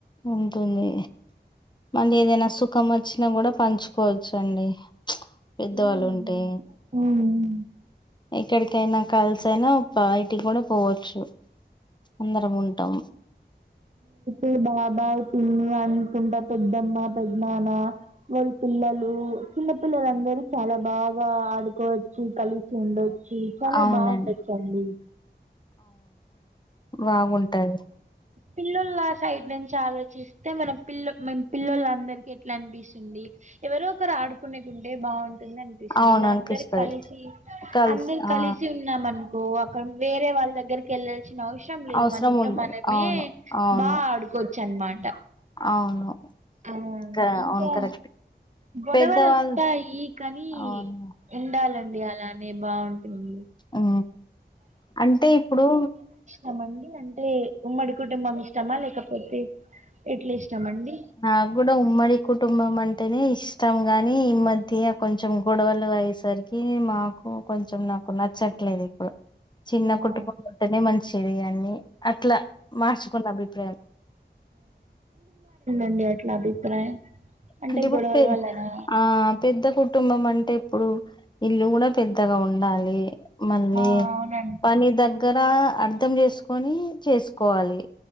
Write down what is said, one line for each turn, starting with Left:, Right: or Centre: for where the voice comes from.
Left: ఉంటుంది మళ్ళ ఏదైనా సుఖం వచ్చినా కూడా పంచుకోవచ్చు అండి పెద్దవాళ్ళు
Right: అవునండి
Left: ఉంటే
Right: ఉమ్.
Left: ఎక్కడికైనా కలిసి అయినా బయటికి కూడా పోవచ్చు అందరం ఉంటాం
Right: ఏ బాబాయ్ పిన్ని అనుకుంటా పెద్దమ్మా పెద్దనానా వాళ్ళ పిల్లలు చిన్న పిల్లలుందరూ చాలా బాగా ఆడుకోవచ్చు కలిసి ఉండచ్చు చాలా
Left: అవునండి
Right: బాగుండొచ్చండి
Left: బాగుంటాది
Right: పిల్లోల సైడ్ నుంచి ఆలోచిస్తే మనం పిల్ల మేం పిల్లలందరికీ ఎట్లా అనిపిస్తుంది ఎవరో ఒకరు ఆడుకునే ఉంటే బాగుంటుంది అనిపిస్తుంది
Left: అవును
Right: ఇలా
Left: అనిపిస్తది
Right: అందరు కలిసి
Left: కలిసి
Right: అందరు
Left: ఆ
Right: కలిసి ఉన్నాం అనుకో అక్కడ వేరే వాళ్ళ దగ్గరికి వెళ్లేసి ఏం అవసరం లేదు
Left: అవసరం
Right: మన ఇంట్లో
Left: ఉండదు
Right: మనమే
Left: అవును అవును
Right: బాగా ఆడుకోవచ్చు అనమాట
Left: అవును
Right: ఆ
Left: కా
Right: ఇంకా
Left: అవును కరెక్ట్
Right: గొడవలు
Left: పెద్దవాళ్ళు
Right: వస్తాయి కానీ
Left: అవును
Right: ఉండాలండి అలానే బాగుంటుంది
Left: ఉ అంటే ఇప్పుడు
Right: ఇష్టమండి అంటే ఉమ్మడి కుటుంబం ఇష్టమా లేకపోతే ఎట్లా ఇష్టమండి
Left: నాకు కూడా ఉమ్మడి కుటుంబం అంటేనే ఇష్టం కానీ ఈ మధ్య కొంచెం గొడవలు అయ్యేసరికి మాకు కొంచెం నాకు నచ్చట్లేదు ఇప్పుడు చిన్న
Right: ఆ
Left: కుటుంబం ఉంటేనే మంచిది అన్ని అట్లా మార్చుకున్న అభిప్రాయం
Right: అండి అట్లా అభిప్రాయం
Left: అంటే ఇప్పుడు
Right: గొడవల
Left: పె
Right: వల్లనా
Left: ఆ పెద్ద కుటుంబం అంటే ఇప్పుడు ఇల్లు కూడా పెద్దగా ఉండాలి మళ్ళీ
Right: ఆ అవునండి
Left: పని దగ్ గ్గర అర్ధం చేసుకొని చేసుకోవాలి